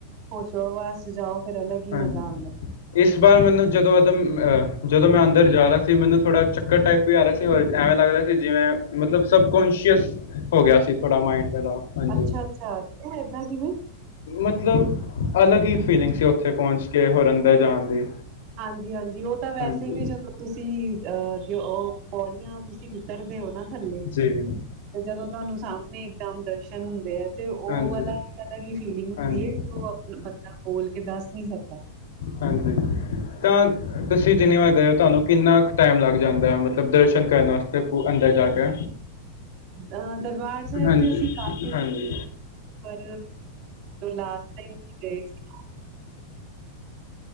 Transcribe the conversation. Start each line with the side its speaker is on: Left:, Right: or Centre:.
Right: ਹੋਸ਼ਆਵਾਸ ਜਾਓ ਫਿਰ ਅਲੱਗ ਹੀ
Left: ਹਾਂਜੀ।
Right: ਮਜ਼ਾ ਆਉਂਦਾ
Left: ਇਸ ਵਾਰ ਮੈਨੂੰ ਜਦੋਂ ਅਦਮ ਅ ਜਦੋਂ ਮੈਂ ਅੰਦਰ ਜਾ ਰਿਹਾ ਸੀ ਮੈਨੂੰ ਥੋੜ੍ਹਾ ਚੱਕਰ ਟਾਈਪ ਵੀ ਆ ਰਿਹਾ ਸੀ ਔਰ ਐਵੇਂ ਲੱਗਦਾ ਸੀ ਜਿਵੇਂ ਮਤਲਬ ਸਬਕੋਂਸ਼ੀਅਸ ਹੋ ਗਿਆ ਸੀ ਥੋਡਾ ਮਾਈੰਡ ਪਹਿਲਾਂ ਹਾਂਜੀ
Right: ਅੱਛਾ ਅੱਛਾ ਕਿਉਂ ਏਦਾਂ ਕਿਵੇਂ
Left: ਮਤਲਬ ਅਲੱਗ ਹੀ ਫੀਲਿੰਗ ਸੀ ਉੱਥੇ ਪਹੁੰਚ ਕੇ ਹੋਰ ਅੰਦਰ ਜਾਣ ਦੀ
Right: ਹਾਂਜੀ ਹਾਂਜੀ ਉਹ ਤਾਂ ਵੈਸੇ
Left: ਹਾਂਜੀ,
Right: ਵੀ ਜਦੋਂ ਤੁਸੀਂ ਅਹ ਜੋ ਉਹ ਪੌੜੀਆਂ ਤੁਸੀਂ ਉਤਰ ਦੇ ਹੋ ਨਾ ਥੱਲੇ ਤੇ
Left: ਜੀ,
Right: ਜਦੋਂ ਤੁਹਾਨੂੰ ਸਾਹਮਣੇ ਇਕਦਮ ਦਰਸ਼ਨ ਹੁੰਦੇ ਆ ਤੇ ਉਹ
Left: ਹਾਂਜੀ,
Right: ਵਾਲਾ ਇੱਕ ਅਲੱਗ ਹੀ ਫੀਲਿੰਗ ਹੁੰਦੀ
Left: ਹਾਂਜੀ,
Right: ਹੈ ਜੋ ਆਪ ਬੰਦਾ ਬੋਲ ਕੇ ਦੱਸ ਨੀ ਸਕਦਾ
Left: ਹਾਂਜੀ ਤਾਂ ਤੁਸੀਂ ਜਿੰਨੀ ਵਾਰ ਗਏ ਹੋ ਤੁਹਾਨੂੰ ਕਿੰਨਾ ਕੁ ਟਾਈਮ ਲੱਗ ਜਾਂਦਾ ਹੈ ਮਤਲਬ ਦਰਸ਼ਨ ਕਰਨ ਵਾਸਤੇ ਪ ਅੰਦਰ ਜਾ ਕੇ
Right: ਅ ਦਰਬਾਰ ਸਾਹਿਬ
Left: ਹਾਂਜੀ
Right: ਤੇ ਅਸੀਂ ਕਾਫੀ
Left: ਹਾਂਜੀ
Right: ਪਰ ਲਾਸਟ ਟਮ ਗਏ ਸੀ